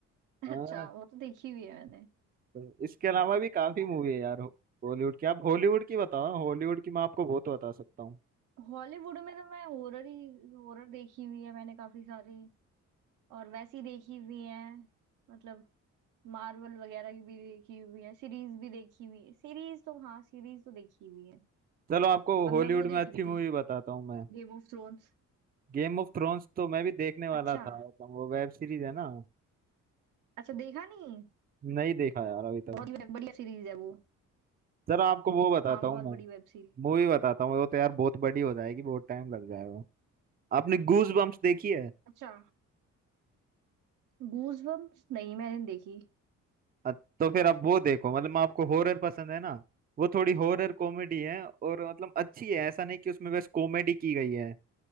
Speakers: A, on the right (about 85°); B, on the right (about 30°).
A: <laughs>
B: हाँ
A: अच्छा वो तो देखी हुई है मैंने
B: तो इसके अलावा भी काफी
A: यार
B: मूवी है यार बॉलीवुड की आप हॉलीवुड की बताओ ना, हॉलीवुड की मैं आपको बहुत बता सकता हूँ
A: हॉलीवुड में तो मैं हॉरर ही हॉरर देखी हुई है मैंने काफी सारी और वैसी देखी हुई है मतलब मार्वल वगैरह की भी देखी हुई है सीरीज भी देखी हुई है सीरीज तो हाँ सीरीज तो देखी हुई है
B: चलो आपको
A: अब
B: हॉलीवुड
A: मैं वो देख
B: में अच्छी
A: रही
B: मूवी
A: थी
B: बताता हूँ मैं
A: गेम ऑफ थ्रोन्स
B: गेम ऑफ थ्रोन्स तो मैं भी देखने वाला
A: अच्छा
B: था तो वो वेब सीरीज है ना
A: अच्छा देखा नहीं
B: नहीं देखा यार अभी तक
A: बहुत ही बढ़िया सीरीज है वो
B: चलो आपको वो बताता
A: हाँ बहुत
B: हूँ मैं
A: बड़ी वेब सीरीज
B: मूवी
A: है वो
B: बताता हूँ वो तो यार बहुत बड़ी हो जाएगी बहुत टाइम लग जाएगा आपने गूज बम्प्स देखी है
A: अच्छा गूज बम्प्स नहीं मैंने नहीं देखी
B: अ- तो फिर आप वो देखो मतलब मैं आपको हॉरर पसंद है ना वो थोड़ी हॉरर कॉमेडी है और मतलब अच्छी है ऐसा नहीं कि उसमें बस कॉमेडी की गई है